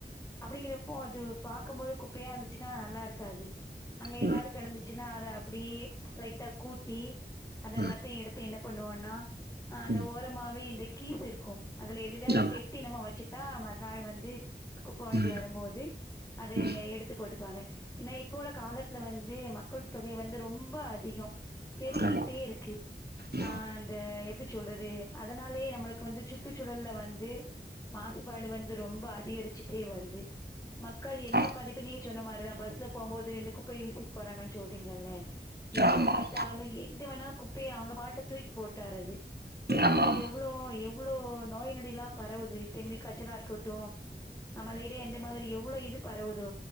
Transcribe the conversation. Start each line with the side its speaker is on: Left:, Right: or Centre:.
Left: அப்படிங்கிறப்போ அது பார்க்கும் போது குப்பையா இருந்துச்சுன்னா நல்லா இருக்காது அங்க
Right: ம்,
Left: ஏதாதது
Right: ம்,
Left: கிடந்துச்சு என்ன அத அப்படி லைட்டா கூட்டி அதெல்லாத்தையும்
Right: ம்,
Left: எடுத்து என்ன பண்ணூவோண்ணா ஆஹ் அந்த
Right: ம்.
Left: ஓரமாவே இந்த கீஸ் இருக்கும் அதுல எதுலயவது
Right: ஆமா.
Left: கட்டி நம்ம வெச்சு மறுநாள் வந்து குப்ப வேண்டி
Right: ம்,
Left: வரும்போது அத
Right: ம்.
Left: எடுத்து போட்டுப்பாங்க ஏன்னா இப்போ உள்ள காலத்துல வந்து மக்கள் தொகை வந்து ரொம்ப அதிகம் பெருகிட்டே
Right: ஆமா.
Left: இருக்கு
Right: ம்.
Left: ஆஹ் அந்த எப்படி சொல்றது அதனாலயே நம்மளுக்கு வந்து சுற்றுச்சூழல்ல வந்து மாசுபாடு வந்து ரொம்ப அதிகரிச்சுட்டே வருது மக்கள் என்ன
Right: ஆம்.
Left: பதிப்பு நீங்க சொன்ன மாரிதான் பஸ்ல போகும்போது இந்த குப்பையை வீசிட்டு போறாங்கன்னு சொல்றீங்கல்ல எங்க
Right: ஆமா,
Left: பாத்தாலும்
Right: ஆமா.
Left: எங்க வேணா குப் குப்பய அவங்க பாட்டுல தூக்கி போட்டாரது இதனால
Right: ஆமாமா.
Left: எவ்ளோ எவ் எவ்வளோ நோய் நொடில்லாம் பரவுது டெங்கு காய்ச்சல்லா இருக்கட்டும் மலேரியா இந்த மாதிரி எவ்வளவு இது பரவுது